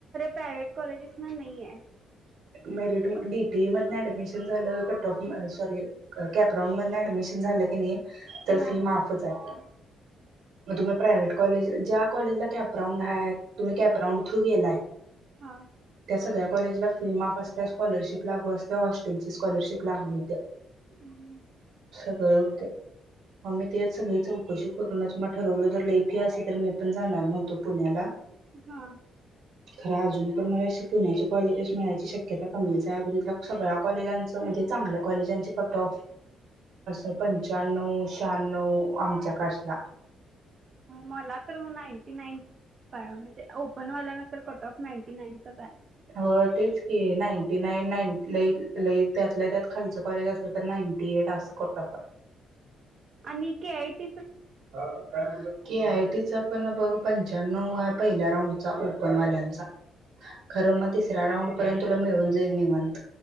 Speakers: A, on the right; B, on the right.
A: प्रायवेट कॉलेजेसना नाई ये.
B: मेरी <unintelligible> मी डि टी ई मधन ॲडमिशन झालं <unintelligible> सॉरी कॅपरांन मधन ऍडमिशन झालं की नाइ तर
A: हा
B: फी माफ होत ये. म तुला प्रायव्हेट कॉलेजला ज्या कॉलेजला कॅप्राउंड हाय. तुम्ही कॅपराऊंड थ्रू गेलाय
A: हा
B: त्या सगळ्या कॉलेजला माफ असल्यास स्कॉलरशिप लागू असत हॉस्टेलची स्कॉलरशिप लागू होत्या.
A: हम्म <unintelligible>
B: <unintelligible> म मी तेच सगळी चौकशी करूनच म ठरवलं जर लई फी असली तर मी पण जाणार नव्हतो पुण्याला.
A: हा.
B: खरं अजून पण मला पुण्याचे कॉलेजेस मिळायची शक्यता कमीच हाय सगळ्या कॉलेजांच म्हणजे चांगल्या कॉलेजांचे कट ऑफ <unintelligible> पंच्याण्णउ शहानऊ आमच्या काशटा
A: मला तर मग नाईंटी नाईन म्हणजे ओपन वाल्याना तर कट ऑफ नाईंटी नाईनचाच आहे.
B: हो तेच की नाईंटी नाईन नाई लई लई त्यातल्या त्यात खालच कॉलेज असलं तर नाईंटी एट असं कट ऑफ ये.
A: आणि K I T
B: <unintelligible> K I टीचा पण बघ पंच्याण्णव आहे पहिल्या राऊंडचा ओपन वाल्यांचा खरं मग तिसऱ्या राऊंड पर्यंत तुला मिळून जाईल निवांत